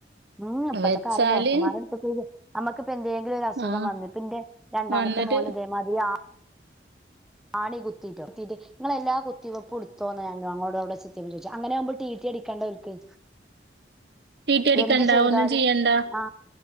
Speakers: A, in the centre; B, on the right.
A: ഉം. ഇപ്പഴത്തെ
B: വെച്ചാല്
A: കാലം ഡോക്ടർമാരെടുത്ത് പോയി നമ്മക്കിപ്പ എന്തെങ്കിലുരു അസുഖം
B: ആഹ്
A: വന്നു പിന്റെ, രണ്ടാമത്തെ
B: വന്നിട്ട്
A: മോനുതേമതിരി ആ ആണി കുത്തിയിട്ടോ നിങ്ങളെല്ലാ കുത്തിവെപ്പു തോന്ന ഞാനോ അവടെ അ. ങ്ങനെവുമ്പോ ടീറ്റി അടിക്കണ്ട ഓൽ ക്ക്.
B: ട്ടീട്ടി അടിക്കണ്ട
A: എന്ത് ചെയ്താലും,
B: ഒന്നും ചെയ്യണ്ട
A: ആ,